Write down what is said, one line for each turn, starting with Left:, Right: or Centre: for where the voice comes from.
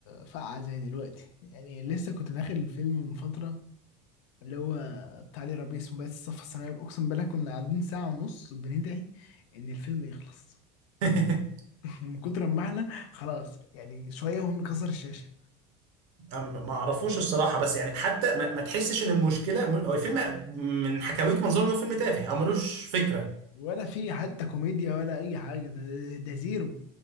Left: فقعه زي دلوقتي يعني لسه كنت داخل الفيلم من فتره اللي هو بتاع لي ربيع اسمه بس الصف الثانوي اقسم بالله كنا قاعدين ساعه ونص بندعي ان الفيلم يخلص
Right: <laughs>
Left: <laughs> من كتر ما احنا خلاص يعني شويه وهم كسر الشاشه
Right: أم- ما اعرفوش الصراحة بس يعني حتى ما, ما تحسش إن المشكلة م- هو الفيلم من حكاويك منظر إنه فيلم تافه أو ملوش فكرة
Left: ولا في حتى كوميديا ولا اي حاجه ده ده زيرو